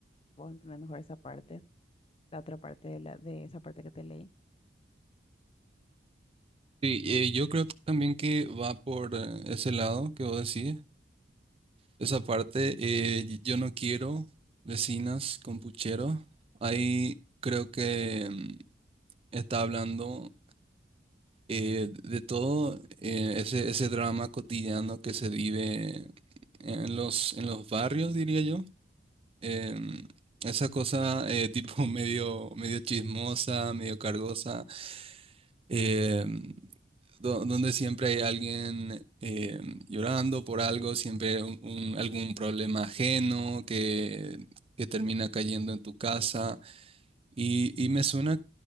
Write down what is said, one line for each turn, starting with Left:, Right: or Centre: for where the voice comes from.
Left: vos entendés mejor esa parte la otra parte de, la, de esa parte que te leí.
Right: Sí, eh, yo creo también que va por eh, ese lado que vos decís, esa parte, eh, y- yo no quiero vecinas con puchero, ahí creo que mm, está hablando eh, de todo eh, ese, ese drama cotidiano que se vive en los, en los barrios, diría yo. Em, esa cosa eh, tipo <laughs> medio, medio chismosa, medio cargosa, em, do- donde siempre hay alguien em, llorando por algo, siempre un- un- algún problema ajeno que, que termina cayendo en tu casa. Y, y me suena